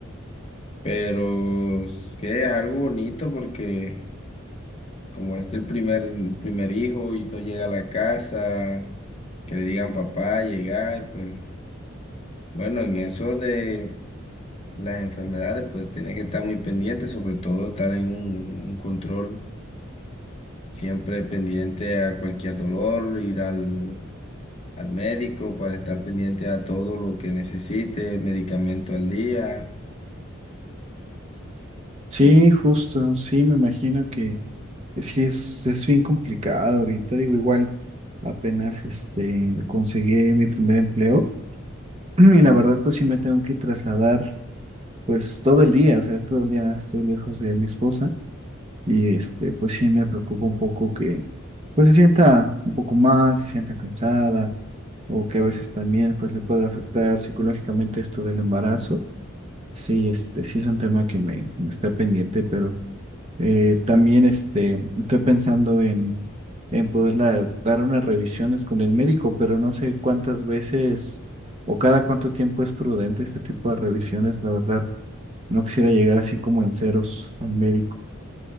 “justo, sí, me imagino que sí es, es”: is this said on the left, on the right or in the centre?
Right